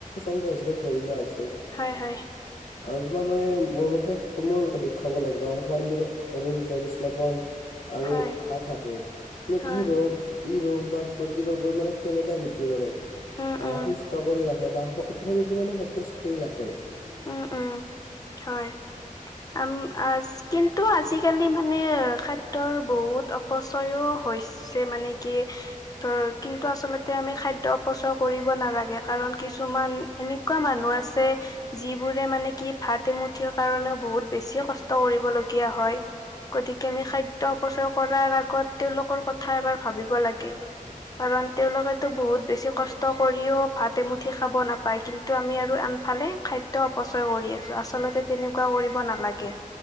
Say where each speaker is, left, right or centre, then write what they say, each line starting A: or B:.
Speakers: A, on the left; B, on the left.
A: অংগ হিচাপে ধৰি লোৱা হৈছে।
B: হয়, হয়।
A: আৰু তোমাৰ মানে, মোৰ মতে, ফল-মূল অধিক খাব লাগে, গৰম <unintelligible> ভিটামিন খনিজ লৱণ আৰু
B: হয়
A: আ, থাকে। ই
B: হয়
A: ৰোগ, ই ৰোগ বা প্ৰতি ৰোগৰ মানে, ক্ষমতা বৃদ্ধি কৰে।
B: উম
A: বা
B: উম
A: সুস্থ কৰি ৰাখে, বা <inaudible> শৰীৰটো মানে, সতেজ কৰি ৰাখে।
B: উম উম হয়। আম, আজ কিন্তু আজিকালি মানে, খাদ্যৰ বহুত অ, অপচয়ও হৈছে মানে, কি ত, কিন্তু আচলতে, আমি খাদ্য অপচয় কৰিব নালাগে, কাৰণ কিছুমান এনে এনেকুৱা মানুহ আছে, যিবোৰে মানে কি, ভাত এমুঠিৰ কাৰণেও বহুত বেছিই কষ্ট কৰিবলগীয়া হয়। গতিকে, আমি খাদ্য অপচয় কৰাৰ আগত, তেওঁলোকৰ কথা এবাৰ ভাবিব লাগে। কাৰণ, তেওঁলোকেতো বহুত বেছি কষ্ট কৰিও ভাত এমুঠি নাপায়, কিন্তু আমি আৰু আনফালে খাদ্য অপচয় কৰি আছোঁ, আচলতে তেনেকুৱা কৰিব নালাগে,